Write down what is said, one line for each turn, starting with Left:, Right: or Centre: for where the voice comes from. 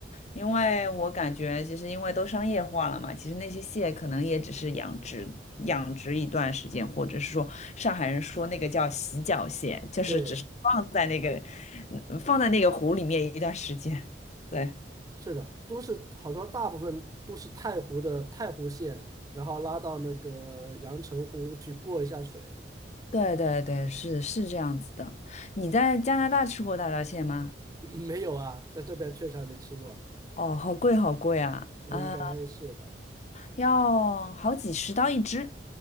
Left: 因为我感觉，其实因为都商业化了嘛，其实那些蟹可能也只是养殖养殖一段时间，或者是说上海人说那个叫洗脚蟹，就是只是放在那个
Right: 对，
Left: 嗯放在那个湖里面一段时间。对，
Right: 是的，都是好像大部分都是太湖的太湖县，然后拉到那个阳澄湖去过一下水。<laughs>
Left: 对对对，是是这样子的。你在加拿大吃过大闸蟹吗？
Right: <clears throat> 没有啊，在这边确实还没吃过。
Left: 哦，好贵好贵啊！
Right: 那应该是的，
Left: 啊，要好几十刀一只。